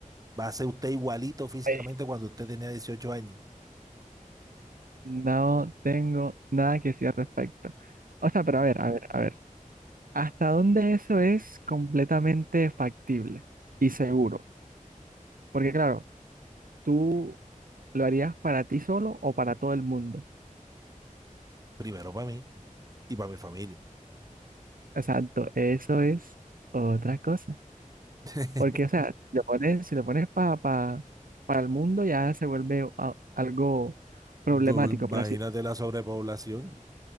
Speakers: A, on the right (about 25°); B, on the right (about 80°).
A: va a ser usted igualito físicamente
B: ahí.
A: cuando usted tenía dieciocho años,
B: No tengo nada que decir al respecto. O sea, pero a ver, a ver, a ver. ¿Hasta dónde eso es completamente factible y seguro? Porque claro, tú ¿Lo harías para ti solo o para todo el mundo?
A: primero para mí y para mi familia.
B: Exacto, eso es otra cosa.
A: <laughs>
B: Porque, o sea, le pones, si le pones pa- pa- para el mundo, ya se vuelve a- algo problemático,
A: Do- imagínate
B: por así
A: la sobrepoblación.